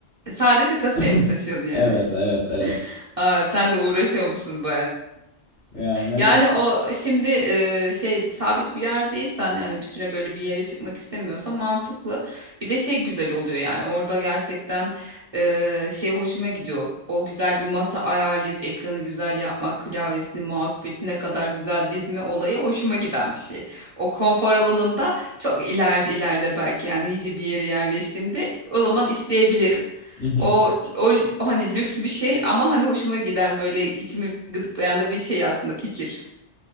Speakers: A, on the right; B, on the left.
A: Sadece kasaya
B: <laughs>
A: mı taşıyordu yani?
B: Evet, evet, evet.
A: <laughs> Aa, sen de uğraşıyormuşsun musun
B: Yani hani
A: Yani o şimdi e, şey sabit bir yerdeysen yani bir süre böyle bir yere çıkmak istemiyorsa mantıklı. Bir de şey güzel oluyor yani orada gerçekten e, şey hoşuma gidiyor. O güzel bir masa ayarlayıp ekranı güzel yapmak, klavyesini, mousepad'ine kadar güzel dizme olayı hoşuma giden bir şey. O konfor alanında çok ileride ileride belki yani iyice bir yere yerleştiğimde o zaman isteyebilirim.
B: <laughs>
A: O o l- hani lüks bir şey ama hani hoşuma giden böyle içimi gıdıklayan da bir şey aslında fikir.